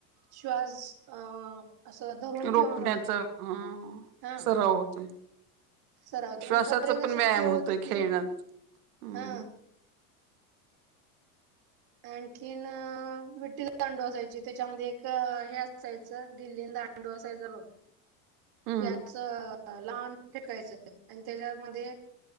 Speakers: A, on the right; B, on the right.
A: श्वास अ असं धरून ठेवणं
B: रोखण्याचा अं
A: हा
B: सराव होतोय.
A: सरावते
B: श्वासाचा
A: म्हणजे बरेच
B: पण
A: असे
B: व्यायाम
A: खेळ
B: होतोय
A: होते की
B: खेळण्यात हम्म.
A: हा आणखीन विठी-दांडू असायचे त्याच्यामध्ये एक हे असायचं गिल्ली दांडू असायचा बघ
B: हम्म.
A: ते असं, लांब फेकायचं आणि त्याच्यामध्ये